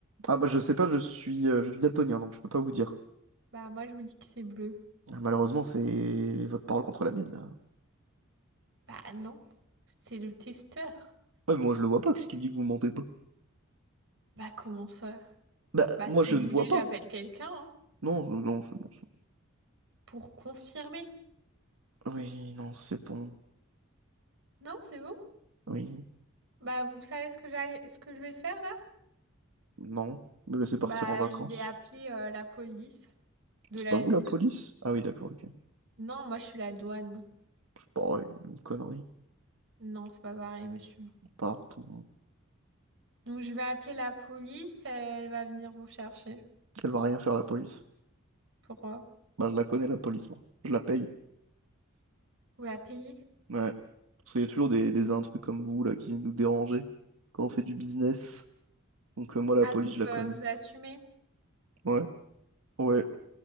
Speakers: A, on the right; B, on the right.
A: Ah bah je sais pas, je suis, euh, je suis daltonien, donc je peux pas vous dire.
B: Bah moi je vous dis que c'est bleu.
A: Ah, Malheureusement c'est votre parole contre la mienne là.
B: Bah non. C'est le testeur.
A: Ouais, moi je le vois pas, qu'est-ce qui me dit que vous mentez pas?
B: Bah comment ça?
A: Bah
B: Bah
A: moi
B: si
A: je
B: vous
A: ne
B: voulez
A: vois pas.
B: j'appelle quelqu'un hein,
A: Non, non, c'est bon, c'est
B: pour confirmer.
A: bon. Oui, non, c'est bon.
B: Non, c'est bon?
A: Oui.
B: Bah vous savez ce que j'allais ce que je vais faire là?
A: Non, me laisser partir
B: Bah
A: en vacances.
B: je vais appeler euh, la police de
A: C'est
B: la
A: pas vous
B: ville.
A: la police? Ah oui, d'accord, ok.
B: Non, moi je suis la douane.
A: Je sais une connerie.
B: Non, c'est pas pareil, monsieur.
A: Part, on-
B: Donc je vais appeler la police, elle va venir vous chercher
A: Elle va rien faire la police.
B: pour euh,
A: Bah, je la connais la police, moi. Je la paye.
B: vous la payer.
A: Ouais. Parce qu'il y a toujours des, des intrus comme vous là qui viennent nous déranger quand on fait du business. Donc euh, moi la
B: Ah,
A: police,
B: donc
A: je la
B: euh,
A: connais.
B: vous assumez,
A: Ouais, ouais,